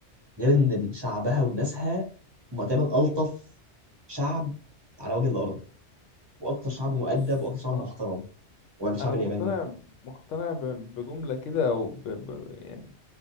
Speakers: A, on the right; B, on the left.
A: غير
B: مم.
A: ان شعبها وناسها هم تقريبا الطف شعب على وجه الارض واكتر شعب مؤدب
B: بص
A: واكتر شعب
B: اه،
A: محترم والشعب
B: انا
A: الياباني
B: مقتنع مقتنع ب- بجملة كده او ب... ب... يعني